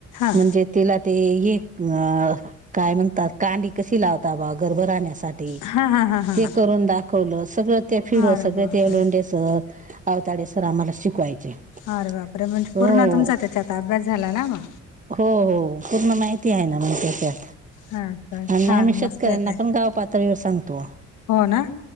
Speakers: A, on the left; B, on the right.
A: हा
B: म्हणजे तिला ते हे, अ काय म्हणतात कांडी कशी लावता बा गर्भ राहण्यासा ठी
A: हा हा हा हा
B: करून दाखवलं, सगळ ते फिड वर
A: अरे
B: सगळ
A: बापरे
B: <unintelligible> लोंडेसर, अवताडेसर आम्हाला शिकवायचे.
A: अरे बापरे! म्हणजे
B: हो.
A: पूर्ण तुमचा त्याच्यात अभ्यास झाला ना म.
B: हो हो पूर्ण माहिती आहे ना मला त्याच्यात.
A: हा
B: आणि
A: छान
B: आम्ही शेतकऱ्यांना
A: मस्त येत आहे
B: पण गाव पात ळीवर सांगतो.
A: हो ना?